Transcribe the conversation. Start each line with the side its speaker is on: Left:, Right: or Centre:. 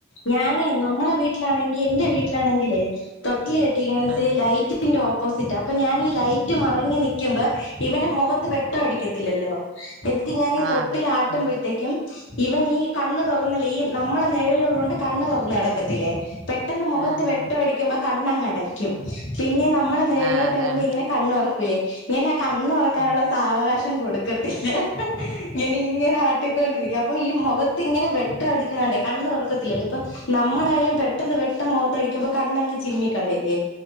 Left: ഞാനേ നമ്മളെ വീട്ടിലാണെങ്കിൽ എന്റെ വീട്ടിലാണെങ്കിലെ തൊ ട്ടില് കെട്ടിയേക്കണേ
Right: ആഹ്
Left: ലൈറ്റിന്റെ ഓപ്പോസിറ്റാ അപ്പോ ഞാൻ ഇ ലൈറ്റ് മറഞ്ഞ് നിക്കുമ്പോ ഇവന് മുഖത്ത് വെട്ടം അടിക്കത്തില്ലല്ലോ എന്നിട്ട് ഞാനീ
Right: ആഹ്
Left: തൊട്ടിലാട്ടുമ്പോഴത്തേക്കും
Right: അതെ ഉം
Left: ഇവൻ ഈ കണ്ണ് തുറന്നല്ലേ ഈ നമ്മളെ നിഴലുള്ളൊണ്ട് കണ്ണ് തുറന്ന് കിടക്കത്തിലേ പെ പെട്ടെന്ന് മുഖത്ത്
Right: ആഹ്
Left: വെട്ടടിക്കുമ്പോൾ
Right: ആഹ്
Left: കണ്ണ് അങ്ങ് അടക്കും പിന്നെ നമ്മള് നിഴലിലോട്ട്
Right: ആഹ് അതാണ്
Left: വരുമ്പോ ഇങ്ങനെ കണ്ണ് തുറക്കൂലേ ഇങ്ങനെ കണ്ണുതു റക്കാനുള്ള
Right: ഉം
Left: സാവകാശം കൊടുക്കത്തില്ല <unintelligible> ഇങ്ങനെ ആട്ടി ആട്ടിക്കൊണ്ടിരിക്കും അപ്പൊ ഈ മുഖത്ത് ഇങ്ങനെ വെട്ടടിക്കണണ്ടേ കണ്ണ്തുറക്കത്തില്ലോ ഇപ്പൊ നമ്മളായാലും പെ പെട്ടെന്ന് വെട്ടം മുഖത്തടിക്കുമ്പോ കണ്ണങ് ചിമ്മിക്കളയില്ലേ